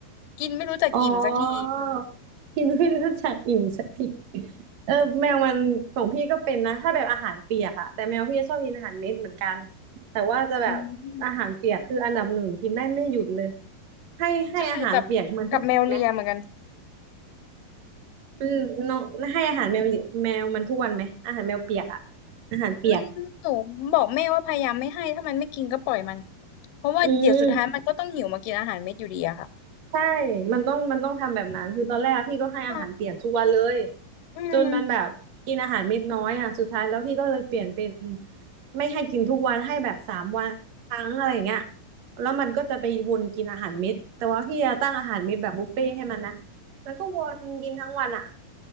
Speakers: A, on the left; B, on the right.
A: กินไม่รู้จักอิ่มสักที
B: อ๋อพินเพิ่งรู้จักอิ่มสักทีเออแมวมันของพี่ก็เป็นนะถ้าแบบอาหารเปียกอะแต่แมวพี่ชอบกินอาหารเม็ดเหมือนกันแต่ว่าจะแบบอาหารเปียกคืออันดับหนึ่งกินได้ไม่หยุดเลย
A: อืม
B: ให้ให้อาหารเปียกมันทุกวันไหม
A: ใช่กับกับแมวเลียเหมือนกัน
B: อืมน้องให้อาหารแมวเหลีแมวมันทุกวันไหมอาหารแมวเปียกอะอาหารเปียก
A: อืมหนูบอกแม่ว่าพยายามไม่ให้ถ้ามันไม่กินก็ปล่อยมันเพราะว่าเดี๋ยวสุดท้ายมันก็ต้องหิวมากินอาหารเม็ดอยู่ดีอะค่ะ
B: อืม ใช่มันต้องมันต้องทำแบบนั้นคือตอนแรกอะพี่ก็ให้อาหารเปียกทุกวันเลย
A: อ่ะอืม
B: จนมันแบบกินอาหารเม็ดน้อยอ่ะสุดท้ายแล้วพี่ก็เลยเปลี่ยนเป็นไม่ให้กินทุกวันให้แบบสามวันครั้งอะไรอย่างเงี้ยแล้วมันก็จะไปวนกินอาหารเม็ดแต่ว่าพี่จะตั้งอาหารเม็ดแบบบุฟเฟ่ต์ให้มันนะมันก็วนกินทั้งวันอ่ะ